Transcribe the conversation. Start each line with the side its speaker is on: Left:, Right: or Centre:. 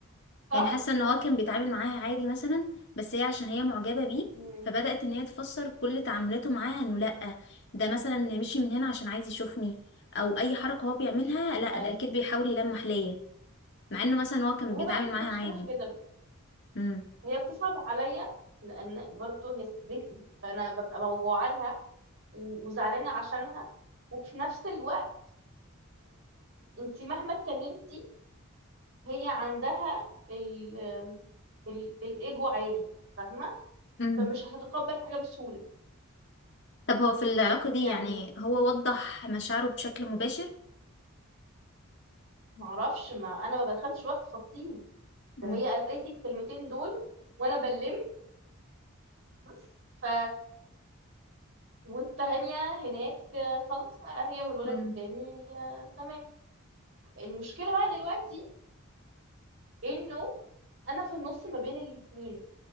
Right: صح
Left: يعني حاسه ان هو كان بيتعامل معاها عادي مثلا بس هي عشان هي معجبه بيه
Right: امم
Left: فبدات ان هي تفسر كل تعاملاته معاها انه لا ده مثلا مشي من هنا عشان عايز يشوفني او اي حركه هو بيعملها لا
Right: ايوه
Left: ده اكيد بيحاول يلمح ليا مع انه مثلا هو كان
Right: ما
Left: بيتعامل
Right: هي بقى
Left: معاها
Right: المشكله
Left: عادي
Right: في كده
Left: امم
Right: هي بتصعب عليا لان برضو هي صاحبتي فانا ببقى موجوعه لها و- وزعلانه عشانها وفي نفس الوقت انت مهما اتكلمتي هي عندها ال آم، ال- الايجو عالي فاهمه
Left: امم
Right: فمش هتتقبل حاجه بسهوله
Left: طب هو في العلاقه دي
Right: يعني
Left: يعني هو وضح مشاعره بشكل مباشر
Right: ما اعرفش ما انا ما بدخلتش بقى في تفاصيل ده
Left: امم
Right: هي قالت لي الكلمتين دول وانا بلمت بس ف والتانية هناك آه، خلاص بقى هي والولد
Left: امم
Right: التاني آه، تمام المشكلة بقى دلوقتي انه انا في النص ما بين الاتنين